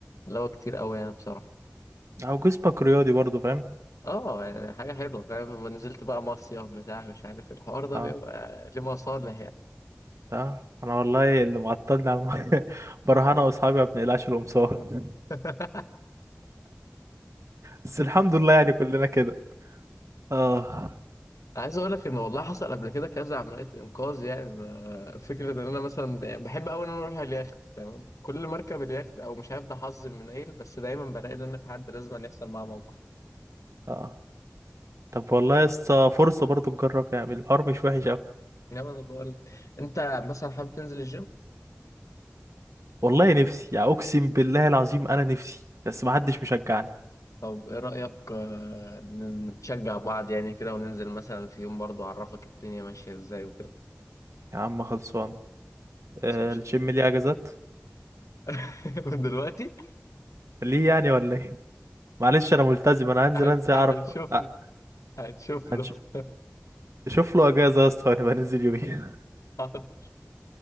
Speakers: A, on the left; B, on the right.
A: حلاوة كتير قوي يعني بصراحة
B: او جسمك رياضي برضو فاهم
A: اه يعني حاجة حلوة فاهم لما نزلت بقى مصيف بتاع مش عارف الحوار ده
B: اه
A: بيبقى ليه مصالح يعني
B: اه انا والله اللي معطلني على الميه <laughs> بروح انا واصحابي ما بنقلعش القمصان
A: <laughs>
B: بس الحمد لله يعني كلنا كده اه
A: عايز اقول لك ان والله حصل قبل كده كذا عمليه انقاذ يعني أنا- فكره ان انا مثلا بحب قوي ان انا اروح اليخت تمام كل ما اركب اليخت او مش عارف ده حظ المنيل بس دايما بلاقي ان انا في حد لازم أن يحصل معاه موقف
B: اه طب والله لسه فرصه برضو تجرب يعني الحوار مش وحش قوي
A: نعم انا بقول لك انت مثلا حابب تنزل الجيم
B: والله نفسي يعني اقسم بالله العظيم انا نفسي بس ما حدش مشجعني
A: طب ايه رأيك آه، ن- نشجع بعض يعني كده وننزل مثلا في يوم برضه اعرفك الدنيا ماشية ازاي وكده
B: يا عم خلصان آه
A: بس ماشي
B: الجيم ليه اجازات
A: <laughs> من دلوقتي
B: ليه يعني ولا ايه معلش انا ملتزم انا هنزل
A: هن-
B: انزل اعرف
A: هنشوف
B: آه.
A: له هنشوف له
B: هنش-
A: <laughs>
B: شوف له اجازه يا اسطى ونبقى ننزل يومين
A: حاضر.